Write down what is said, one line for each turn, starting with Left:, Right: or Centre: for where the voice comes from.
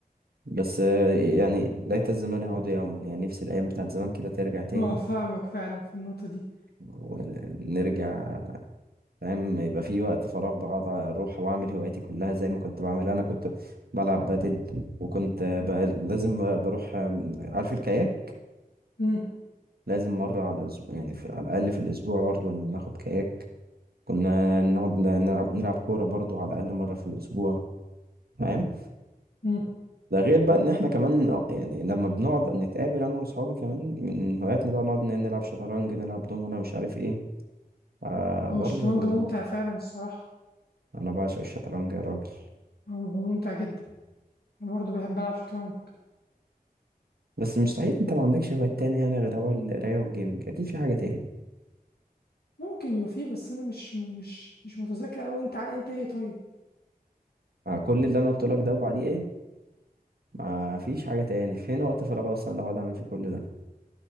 Right: بس آه، يعني ليت الزمان يعود يوما يعني نفسي الايام بتاعت زمان كده ترجع تاني
Left: اه فاهمك فعلا في النقطة دي
Right: ونرجع فاهم يبقى في وقت فراغ بقعد اروح واعمل هواياتي كلها زي ما كنت بعمل انا كنت بلعب بادل وكنت بقى لازم بروح عارف الكاياك
Left: مم،
Right: لازم مرة على الأسبوع يعني في على الأقل في الأسبوع برضو ناخد كاياك كنا نقعد نلعب نلعب كورة برضو على الأقل مرة في الأسبوع فاهم
Left: مم.
Right: ده غير بقى إن إحنا كمان يعني لما بنقعد نتقابل أنا وأصحابي كمان من هواياتنا بقى نقعد نلعب شطرنج نلعب دوم أنا مش عارف إيه آه
Left: هو
Right: برضو
Left: الشطرنج ممتع فعلا الصراحة
Right: أنا بعشق الشطرنج يا راجل
Left: هو هو ممتع جدا انا برضه بحب العب شطرنج
Right: بس مستحيل انت ما عندكش هوايات تاني يعني غير هو القراية والجيمنج اكيد في حاجة تاني
Left: ممكن يوفي بس انا مش مش مش متذكر اوي انت ع- انت ايه طيب
Right: مع كل اللي انا قلت لك ده وبعديه ايه ما فيش حاجة تاني فين وقت فراغ اصلا اللي هقعد اعمل فيه كل ده